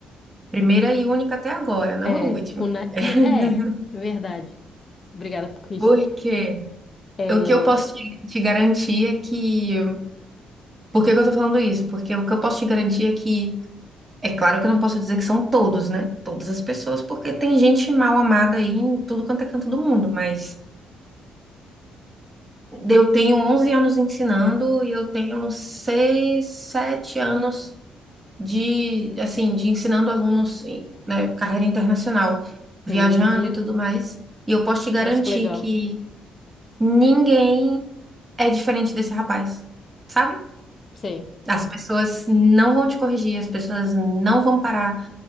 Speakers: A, on the right; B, on the left.
A: Primeira e única até agora, não
B: É,
A: a última.
B: com na-
A: <laughs>
B: na- é, verdade. Obrigada por isso.
A: Porque
B: É,
A: o que eu posso te, te garantir é que. Por que que eu tô falando isso? Porque o que eu posso te garantir é que. É claro que eu não posso dizer que são todos, né? Todas as pessoas, porque tem gente mal amada aí em tudo quanto é canto do mundo, mas eu tenho 11 anos ensinando e eu tenho 6, 7 anos. de assim de ensinando alunos em, né, carreira internacional, viajando
B: uhum.
A: e tudo mais. E eu posso te garantir
B: Nossa, que legal.
A: que ninguém é diferente desse rapaz, sabe?
B: Sei.
A: As pessoas não vão te corrigir, as pessoas não vão parar.